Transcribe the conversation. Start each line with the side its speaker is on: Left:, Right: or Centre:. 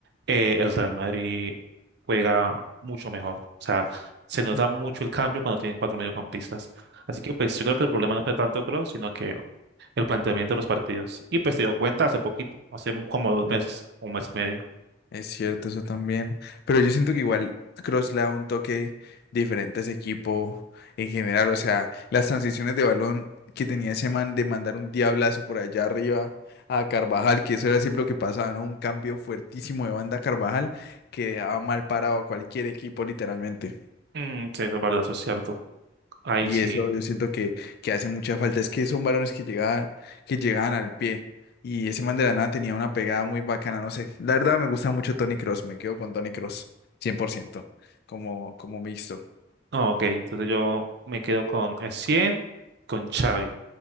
Right: eh, el Real Madrid juega mucho mejor. O sea, se nota
Left: Sí.
Right: mucho el cambio cuando tienen cuatro mediocampistas. Así que pues yo creo que el problema no fue tanto Kroos, sino que el planteamiento de los partidos. Y pues se dio cuenta hace poquito, hace como dos
Left: mm.
Right: meses, un mes y medio.
Left: Es cierto, eso también. Pero yo siento que igual Kroos le da un toque diferente a ese equipo en general. O sea, las transiciones de balón que tenía ese man de mandar un diablazo por allá arriba a Carvajal, que eso era siempre lo que pasaba, ¿no? Un cambio fuertísimo de banda a Carvajal que dejaba mal parado a cualquier equipo, literalmente.
Right: Mm, sí, eso es verdad, eso es cierto. Ahí
Left: Y
Right: sí.
Left: eso yo siento que, que hace mucha falta. Es que son varones que llegaban, que llegaban al pie. Y ese man de la nada tenía una pegada muy bacana. No sé. La verdad me gusta mucho Tony Cross. Me quedo con Tony Cross. cien por ciento Como, como mixto.
Right: Ah, ok, entonces yo me quedo con 100, con Xavi.